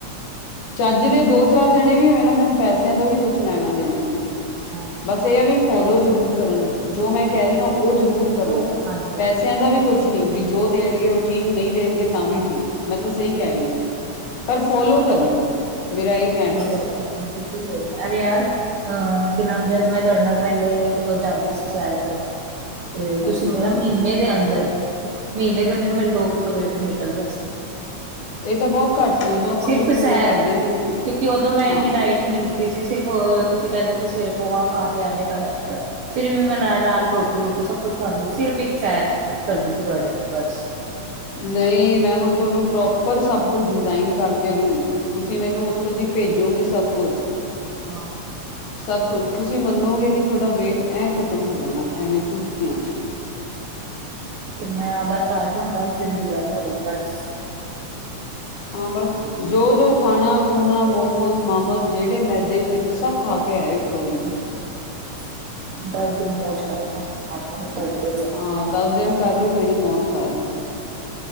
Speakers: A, on the left (about 85°); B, on the right (about 65°).
A: ਚੱਜ ਦੇ ਦੋ ਚਾਰ ਜਣੇ ਵੀ ਹੋਏ ਨਾ, ਮੈਨੂੰ ਪੈਸਿਆਂ ਦਾ ਵੀ ਕੁਛ ਲੈਣਾ ਦੇਣਾ ਨੀ ਆ।
B: ਹਾਂ
A: ਬਸ ਇਹ ਹੈ ਵੀ ਫੋਲੋ ਜ਼ਰੂਰ ਕਰਨ, ਜੋ ਮੈਂ ਕਹਿ ਰਹੀ ਹਾਂ ਉਹ ਜ਼ਰੂਰ ਕਰਨ
B: ਉਹ ਹਾਂਜੀ
A: ਪੈਸਿਆਂ ਦਾ ਵੀ ਕੁਛ ਨੀ, ਵੀ ਜੋ ਦੇਣਗੇ ਉਹ ਠੀਕ ਨਹੀਂ ਦੇਣਗੇ ਤਾਂ ਵੀ
B: ਹਾਂ
A: ਠੀਕ। ਮੈਂ ਤਾਂ ਸਹੀ ਕਹਿ ਰਹੀ ਹਾਂ, ਪਰ ਫੋਲੋ ਕਰਨ ਉਹ ਮੇਰਾ ਇੱਕ।
B: ਸਹੀ ਗੱਲ ਆ। ਬਿਲਕੁਲ ਸਹੀ ਅਰੇ, ਯਾਰ ਅਹ ਕਿ ਨਾਮ ਜਦ ਮੈਂ ਤੁਹਾਡੇ ਨਾਲ ਪਹਿਲੇ, ਜਾਂਦੀ ਸੀ ਸੈਰ ਕਰਨ। ਤੇ
A: ਹਾਂਜੀ
B: ਤੁਸੀਂ ਮੇਰਾ ਮ। ਮਹੀਨੇ ਦੇ ਅੰਦਰ ਮਹੀਨੇ ਦੇ ਅੰਦਰ, ਮੇਰਾ ਦੋ ਕਿਲੋਮੀਟਰ ਨਿਕਲਦਾ ਸੀ।
A: ਇਹ ਤਾਂ ਬਹੁਤ ਘੱਟ ਸੀ, ਉਦੋਂ ਆਪਾਂ
B: ਸਿਰਫ
A: ਕੁਛ ਇੰਨਾ
B: ਸੈਰ
A: ਕਰਦੇ ਵੀ ਨੀ ਸੀ।
B: ਕਿਉਂਕਿ ਉਦੋਂ ਮੈਂ ਇੰਨੀ
A: ਹਾਂ
B: ਡਾਇਟ ਨੀ ਲਤੀ ਸੀ, ਸਿਰਫ ਤੁਸੀਂ ਕਹਿੰਦੇ ਸੀ ਸਿਰਫ। ਗੋਹਾ ਪਾ ਕੇ ਐਵੇਂ ਕਰ ਐਵੇਂ ਕਰ। ਫਿਰ ਵੀ ਮੈਂ ਨਾਲ-ਨਾਲ, ਰੋਟੀ- ਰੁੱਟੀ ਸਭ ਕੁੱਛ ਖਾਂਦੀ ਸੀ ਸਿਰਫ ਇੱਕ ਸੈਰ ਕਰਦੀ ਸੀ ਤੁਹਾਡੇ ਨਾਲ ਬਸ।
A: ਨਹੀਂ ਮੈਂ ਹੁਣ ਤੁਹਾਨੂੰ ਪ੍ਰੋਪਰ ਸਭ ਕੁਛ ਡਿਜ਼ਾਇਨ ਕਰਕੇ ਦਊ। ਤੁਸੀਂ ਮੈਨੂੰ ਉੱਥੋਂ ਜੀ ਭੇਜੋਗੇ ਸਭ ਕੁਛ।
B: ਹਾਂ।
A: ਸਭ ਕੁਝ ਤੁਸੀਂ ਮੰਨੋਗੇ ਨੀ ਥੋਡਾ ਵੇਟ ਐਂ ਖ਼ਤਮ ਹੋ ਜਾਣਾ ਐਵੇਂ ਚੁਟਕੀਆਂ ਚ।
B: ਮੈਂ ਬਸ ਆ ਜਾ ਦੱਸ ਦਿਨ ਦੀ ਗੱਲ ਆ ਹੋਰ ਬਸ।
A: ਹਾਂ ਬਸ। ਜੋ ਜੋ ਖਾਣਾ-ਖੂਣਾ, ਮੋਮੋਸ-ਮਾਮੋਸ ਜਿਹੜੇ ਮੈਦੇ- ਸ਼ੈਦੇ ਸਭ ਖਾ ਕੇ ਆਇਓ ਇੱਕ ਵਾਰੀ।
B: <inaudible>
A: ਹਾਂ ਦਸ ਦਿਨ ਕਰਲੋ ਜਿਹੜੀ ਮੌਜ ਕਰਨੀ।